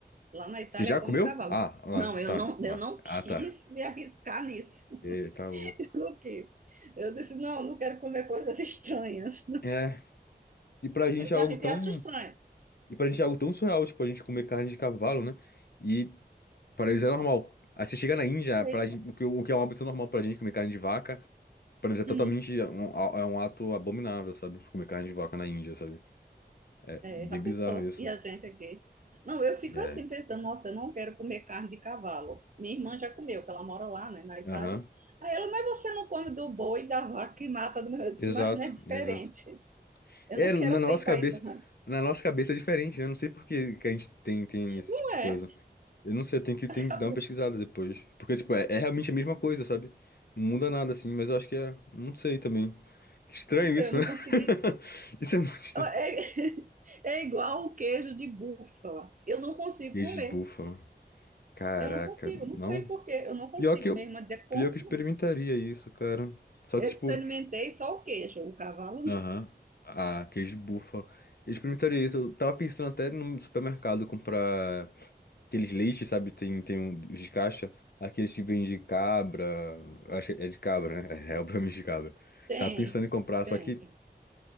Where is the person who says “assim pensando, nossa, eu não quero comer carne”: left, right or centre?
Right